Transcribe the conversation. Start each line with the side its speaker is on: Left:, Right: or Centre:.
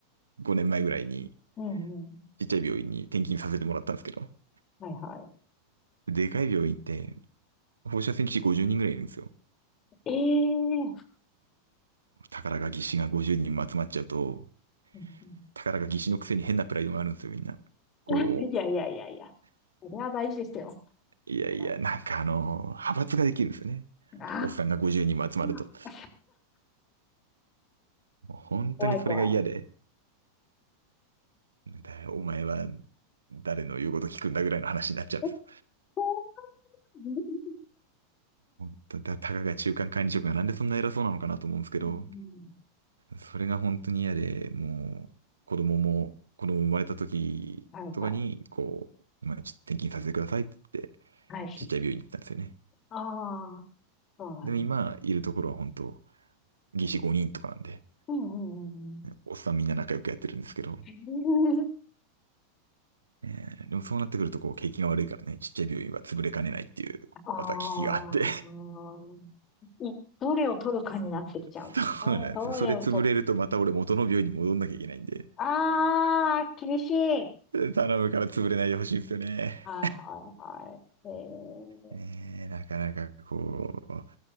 Right: 5年前ぐらいに、
Left: うんうん。
Right: ちっちゃい病院に転勤させてもらったんですけど、
Left: はいは
Right: でかい病院って放射線技師50人ぐらいいるんですよ。
Left: い。ええー。
Right: 宝が技師が50人も集まっちゃうと、
Left: <laughs> うんうん
Right: 宝が技師のくせに変なプライドがあるんですよ、みんな。こ
Left: <laughs> いやいやいやいや。それは大事ですよ。
Right: う、いやいや、
Left: はい
Right: なんかあの、派閥ができるんですよね。
Left: あ
Right: おっさんが50人も集まると。
Left: あ、
Right: もう本当にそれが嫌で、
Left: 怖い怖い。
Right: だお前は誰の言うこと聞くんだぐらいの話になっちゃうんですよ。
Left: え、こうう
Right: 本当だ、たかが中間管理職がなんでそんな偉そうなのかなと思うんですけど、
Left: んうん
Right: それが本当に嫌で、もう、子供も、子供生まれた時とかに、
Left: う、はいはい。
Right: こう、まあ、ちょっと転勤させてくださいって言って、
Left: はい。
Right: ちっちゃい病院に行ったんですよね。
Left: ああ、そうなんです。
Right: でも今、いるところは本当、技師5人とかなんで、
Left: うんうんうん
Right: おっさんみんな仲良くやってるんですけど、
Left: うん。
Right: えーでもそうなってくると、こう、景気が悪いからね、ちっちゃい病院は潰れかねないっていう、
Left: <laughs> ああ、
Right: また危機があって。
Left: い、どれを取るかになってきちゃうんだね。
Right: <laughs> そうなんですよ。
Left: どれを取っ、
Right: それ潰れるとまた俺元の病院に戻んなきゃいけないんで、
Left: ああ、厳しい。
Right: 頼むから潰れないでほしいんですよね。
Left: はいはいはい。えー、
Right: えーなかなかこう、